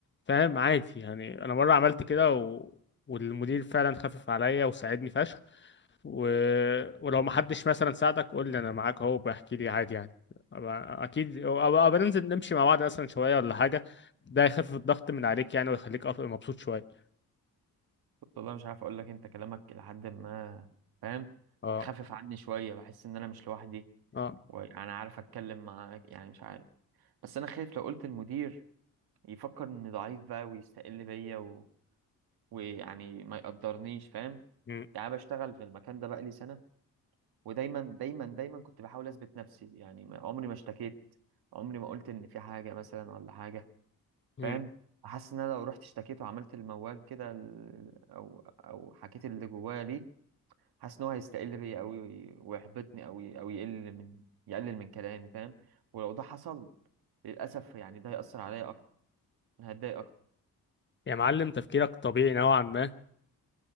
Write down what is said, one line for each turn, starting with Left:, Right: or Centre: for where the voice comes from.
Left: فاهم عادي يعني انا مره عملت كده و... والمدير فعلا خفف عليا وساعدني فشخ و... ولو ما حدش مثلا ساعدك قول لي انا معاك اهو بحكي لي عادي يعني أبقى- اكيد أبقى أبقى ننزل نمشي مع بعض مثلا شويه ولا حاجه ده يخفف الضغط من عليك يعني ويخليك أف- مبسوط شويه
Right: والله مش عارف اقول لك انت كلامك لحد ما فاهم
Left: اه
Right: خفف عني شويه بحس ان انا مش لوحدي
Left: اه
Right: وانا عارف اتكلم معاك يعني مش عارف بس انا خايف لو قلت المدير يفكر اني ضعيف بقى ويستقل بيا ويعني ما يقدرنيش فاهم
Left: م-
Right: يعني أنا بشتغل في المكان ده بقالي سنة ودايما دايما دايما كنت بحاول أثبت نفسي يعني ما- عمري ما اشتكيت عمري ما قلت إن في حاجة مثلا ولا حاجة
Left: م.
Right: فاهم حاسس إن أنا لو رحت اشتكيت وعملت الموال كده ال- أو أو حكيت اللي جوايا ليه حاسس إن هو هيستقل بيا أوي وي- ويحبطني أوي أو يقل من يقلل من كلامي فاهم ولو ده حصل للأسف يعني ده هيأثر عليا أكتر أنا هتضايق أكتر
Left: يا معلم تفكيرك طبيعي نوعا ما